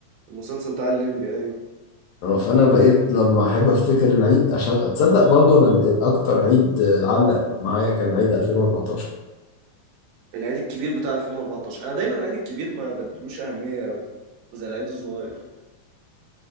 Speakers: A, on the right (about 85°); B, on the left (about 85°).
A: المسلسل بتاع الليمبي ايوه
B: آه، فأنا بقيت لما أحب أفتكر العيد أشغل تصدق برضو أنا ال- الأكتر عيد آه، علق معايا كان عيد 2014
A: العيد الكبير بتاع 2014 انا دايما العيد الكبير ما بدلوش اهميه قوي زي العيد الصغير